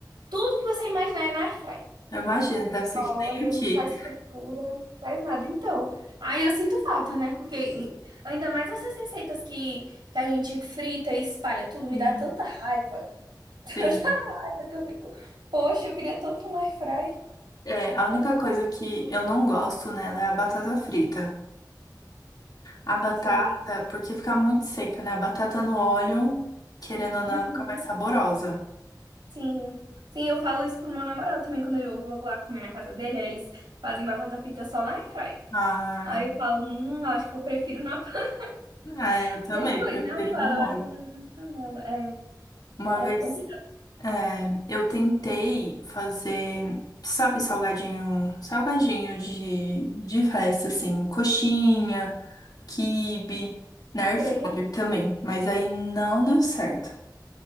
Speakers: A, on the right; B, on the left.
A: Tudo que você imaginar é na airfry.
B: Eu imagino, deve ser
A: Olha,
B: que nem aqui.
A: não faz fritura, não faz nada. Então, aí eu sinto falta, né? Porque em- ainda mais essas receitas que, que a gente frita e espalha tudo, me
B: Sim,
A: dá tanta raiva. <laughs>
B: sim.
A: Tanta raiva que eu fico, poxa, eu queria tanto uma airfry.
B: É, a única coisa que eu não gosto nela é a batata frita. A batata,
A: Sei.
B: porque fica muito seca, né? A batata no óleo, querendo ou não,
A: Uhum.
B: ela fica mais saborosa.
A: Sim, sim, eu falo isso pro meu namorado também quando eu vou lá comer na casa dele, aí eles fazem batata frita só na airfry.
B: Ah,
A: Aí eu falo, hum, eu acho que eu prefiro na panela.
B: é,
A: <laughs>
B: eu também
A: Depois,
B: prefiro
A: né? Eu falo,
B: no
A: eu acho
B: óleo.
A: que eu prefiro na panela.
B: Uma
A: É,
B: vez,
A: é complicado.
B: é, eu tentei fazer, sabe, salgadinho, salgadinho de, de festa, assim, coxinha, quibe, na air
A: Sei.
B: fryer também, mas aí não deu certo.